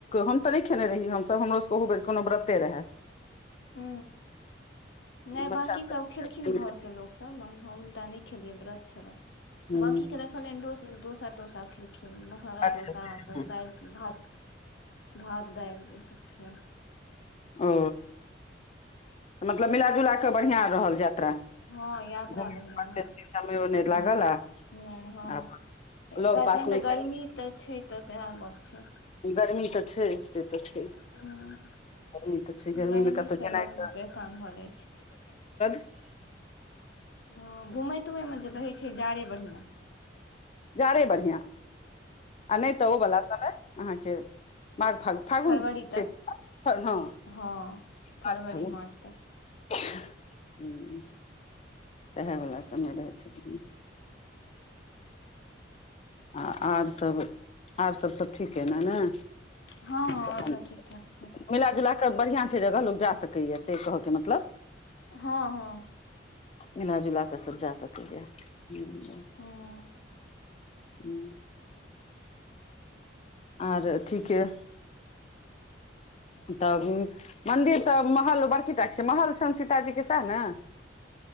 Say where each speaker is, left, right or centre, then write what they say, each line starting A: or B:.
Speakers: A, on the left; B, on the left.
A: हम तऽ नहि खेने रहिय हमसभ हमरो सबके ओहो बेर कोनो व्रते रहै
B: ह नहि
A: बच्चा
B: बकी
A: सभ
B: सब खेलखिन घरके लोक हमटा नहि खेलै व्रत छल
A: हुँ
B: तऽ बकी के कहल डोस तोसा डोसा खेलखिन मसाला
A: अच्छा
B: डोसा
A: अच्छा
B: तऽ दालि भात भात दाईल इ सब छै
A: ओ मतलब मिलाजुला कऽ बढ़िआँ रहल यात्रा
B: हँ यात्रा
A: घुमै
B: बढ़िआँ रह
A: बेसी समयो
B: ह
A: नहि लागल आ
B: नहि हँ
A: आ लग
B: तहन
A: पासमे
B: तऽ
A: एकटा
B: गर्मी तऽ छै तऽ सएह गप छै
A: गर्मी तऽ छै से तऽ गरमी
B: हूँ
A: तऽ छै
B: गर्मी
A: गर्मीमे कतहु
B: से लोक
A: जेनाइ
B: परेशान
A: तऽ
B: भऽ जाइ छै
A: <unintelligible>
B: हँ घुमैत तुमयमे तऽ रहैत छै जाड़े बढ़िआँ
A: जाड़े बढ़िआँ आ नहि तऽ ओवला समय अहाँके माघ फाग फागुन
B: फरवरी तक
A: च हँ
B: हँ फरवरी
A: माग फागुन
B: मार्च तक
A: <unintelligible> सएहे वला समय रहै छथिन आ आरसभ आरसभ त ठीक अइ ने ने
B: हँ हँ
A: तहन
B: आर सब ठीक ठाक छै
A: मिला जुला कऽ बढ़िआं छै जगह लोक जा सकैए से कहऽके मतलब
B: हँ हँ
A: मिलाा जुला कऽ सब जा सकैए हू
B: हूँ
A: हू आर ठीके तऽ मंन्दिर तऽ महल बड़की टाके छै महल छनि सीताजीके सएह नऽ